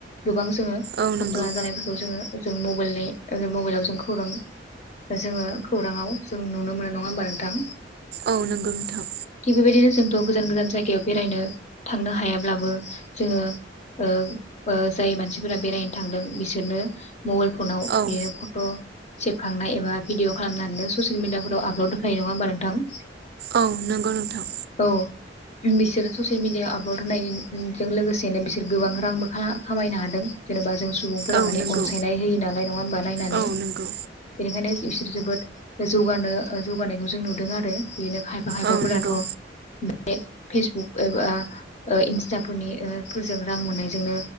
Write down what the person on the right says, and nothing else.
औ नंगौ
औ नंगौ नोंथां
औ
औ नंगौ नोंथां।
औ
नंगौ
औ नंगौ
औ नंगौ